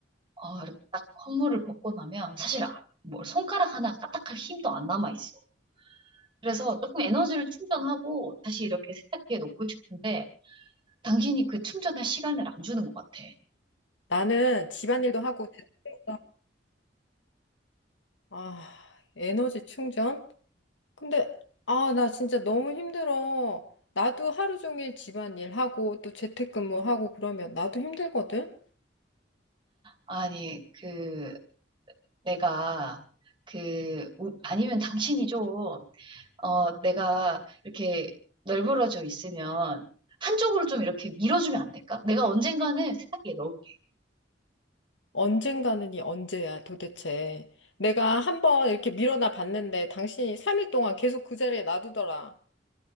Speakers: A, on the right (about 25°); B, on the left (about 80°).
A: 어, 이렇게 딱 허물을 벗고 나면, 사실, 아, 뭐, 손가락 하나 까딱할 힘도 안 남아있어. 그래서 조금 에너지를 충전하고, 다시 이렇게 세탁기에 놓고 싶은데, 당신이 그 충전할 시간을 안 주는 것 같아.
B: 나는 집안일도 하고, 됐다. 아, 에너지 충전? 근데, 아, 나 진짜 너무 힘들어. 나도 하루 종일 집안일 하고 또 재택근무하고 그러면 나도 힘들거든?
A: 아니, 그, 내가, 그, 우- 아니면 당신이 좀, 어, 내가 이렇게 널브러져 있으면 한쪽으로 좀 이렇게 밀어주면 안 될까? 내가 언젠가는 세탁기에 넣을게.
B: 언젠가는 이 언제야 도대체. 내가 한번 이렇게 밀어나 봤는데 당신이 3일 동안 계속 그 자리에 놔두더라.